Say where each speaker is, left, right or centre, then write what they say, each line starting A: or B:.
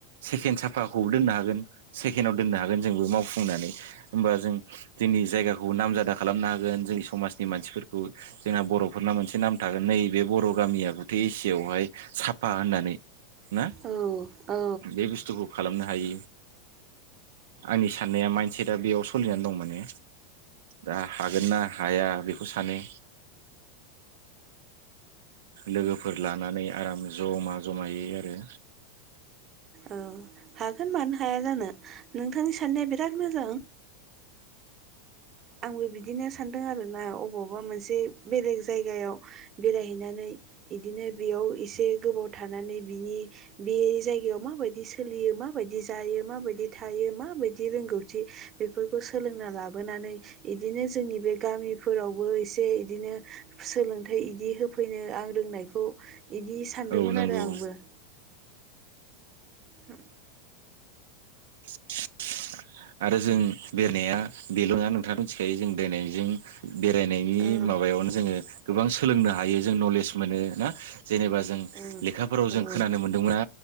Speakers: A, on the right; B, on the right.
A: सेखेन साफाखौ दोननो हागोन सेकेनआव दोननो हागोन जोंबो मावफुंनानै होमबा जों जोंनि जायगाखौ नामजादा खालामनो हागोन जोंनि समाजनि मानसिफोरखौ जोंहा बर' फोरना मोनसे नाम थागोन नै नैबे बर‌' गामिया बुथे एसियाव हाय साफा होननानै ना
B: औ औ
A: बे बुस्थुखौ खालामनो हायो आंनि साननाया माइन्दसेटआ बेयाव सलिनानै दं माने दा हागोन ना हाया बेखौ सानो <inaudible> लोगोफोर लानानै आराम जमा जमायै आरो
B: औ हागोन मानो हाया जानो नोंथांनि साननाया बिराद मोजां आंबो बिदिनो सान्दों आरोना अबावबा मोन नसे बेलेग जायगायाव बेरायहैनानै इदिनो बेयाव एसे गोबाव थानानै बिनि बे जायगायाव माबायदि सोलियो माबायदि जायो माबायदि थायो मा‌बायदि रोंगौथि बेफोरखौ सोलोंना लाबोनानै इदिनो जोंनि बे गामिफोरावबो एसे इदिनो सोलोंथाइ इदि होफैनो आं रोंनायखौ इदि सान्दोंमोन
A: औ नंगौ
B: आरो आंबो । औ
A: <inaudible> आरो जों बेरायनाया बेल' नङा नोंथाङा मिथिखायो जों बेरायनायजों बेरायनायनि
B: औ
A: माबायावनो जोङो गोबां सोलोंनो हायो जों नलेज मोनो ना जेनेबा जों
B: औ औ
A: लेखाफोराव जों खोनानो मोनदोंमोना